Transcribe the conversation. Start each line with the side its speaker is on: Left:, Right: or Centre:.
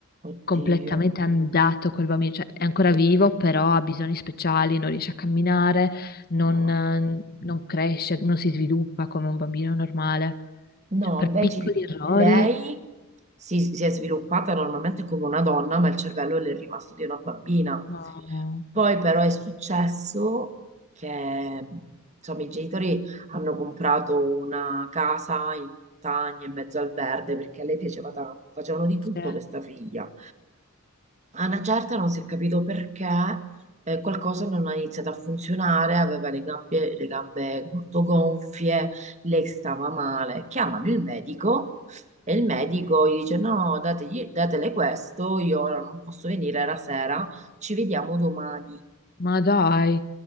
Right: oddio,
Left: completamente andato quel bambino, cioè è ancora vivo, però ha bisogni speciali, non riesce a camminare non,
Right: no.
Left: eh, non cresce, non si sviluppa come un bambino normale.
Right: No,
Left: Cioè, per
Right: invece
Left: piccoli errori,
Right: lei si, si è sviluppata normalmente come una donna, ma il cervello le è rimasto di una bambina.
Left: no,
Right: Poi però è successo che insomma, i genitori hanno comprato una casa in montagna, in mezzo al verde, perché a lei piaceva tanto, facevano di tutto
Left: se-
Right: per sta figlia. A una certa non si è capito perché eh, qualcosa non ha iniziato a funzionare, aveva le gambe, le gambe molto gonfie, lei stava male. Chiamano il medico e il medico gli dice: No, dategli- datele questo, io ora non posso venire, era sera, ci vediamo domani.
Left: ma dai,